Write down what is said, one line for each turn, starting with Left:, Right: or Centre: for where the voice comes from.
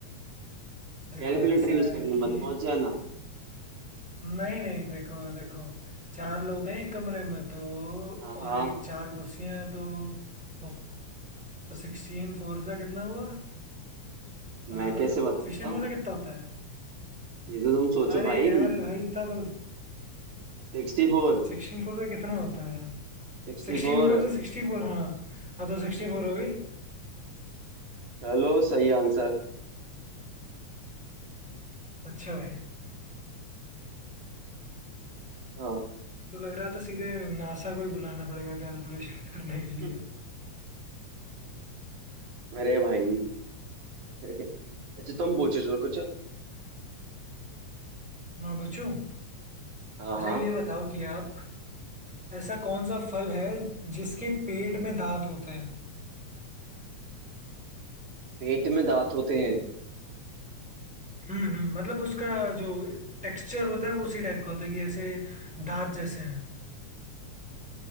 Centre: देखो
Right: कैलकुलेटर
Centre: ऐसा
Right: यूज
Centre: है
Right: करने
Centre: कि
Right: मत पहुंच जाना
Centre: नहीं नहीं देखो देखो चार लोग हैं एक कमरे में तो
Right: हाँ
Centre: और
Right: हाँ
Centre: एक चार कुर्सियां हैं तो फोर सिक्सटीन फोर से कितना हुआ हाँ
Right: मैं कैसे बता
Centre: सिक्सटीन
Right: सकता हूँ
Centre: फोर से कितना होता है
Right: ये तो तुम सोचो
Centre: अरे
Right: भाई
Centre: यार भाई इतना तो
Right: Sixty four
Centre: सिक्सटीन फोर से कितना होता है
Right: Sixty
Centre: सिक्सटीन
Right: four
Centre: फोर से सिक्सटी फोर हाँ हाँ तो सिक्सटी फोर हो गई
Right: चलो सही आंसर
Centre: अच्छा भाई
Right: हाँ
Centre: तो लग रहा था सीधे नासा को ही बुलाना पड़ेगा कैलकुलेशन <laughs> करने के लिए
Right: <laughs> मेरे भाई <laughs> अच्छा तुम पूछो चलो कुछ
Centre: मैं पूछूं
Right: हाँ
Centre: अच्छा
Right: हाँ
Centre: ये बताओ कि आप ऐसा कौन सा फल है जिसके पेट में दांत होते हैं
Right: पेट में दांत होते हैं
Centre: हम्म हम्म मतलब उसका जो टेक्सचर होता है वो उसी टाइप का होता है कि ऐसे दांत जैसे हैं